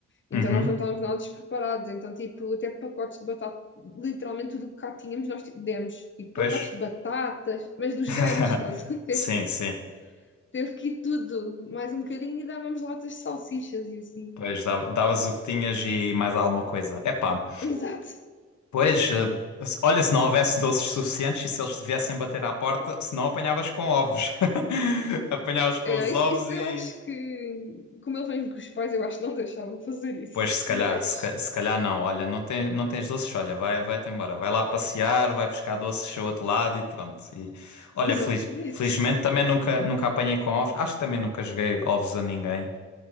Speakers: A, on the left; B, on the left.
A: então
B: Uhum,
A: nós não estávamos nada despreparados, então tipo, até pacotes de batata, literalmente tudo o que cá tínhamos nós tipo, demos, tipo,
B: pois.
A: pacotes de batatas, mas dos
B: <laughs>
A: grandes, estás a ver?
B: Sim, sim.
A: <laughs> Teve que ir tudo, mais um bocadinho e dávamos latas de salsichas e assim.
B: Pois, dava- davas o que tinhas e mais alguma coisa. Epá,
A: Exato.
B: pois, eh, se- olha, se não houvesse doces suficientes e se eles te viessem bater à porta, se não apanhavas com ovos. <laughs> Apanhavas com
A: É,
B: os
A: não, isso,
B: ovos
A: isso
B: e...
A: eu acho que, como ele vem com os pais, eu acho que não deixavam fazer isso.
B: Pois, se calhar,
A: Mas,
B: se, ca- se calhar não. Olha, não, tem, não tens doces, olha, vai, vai-te embora. Vai lá passear, vai buscar doces ao outro lado e pronto. E, olha,
A: <laughs> exatamente,
B: feliz- felizmente também nunca, nunca apanhei com ovos. Acho que também nunca joguei ovos a ninguém.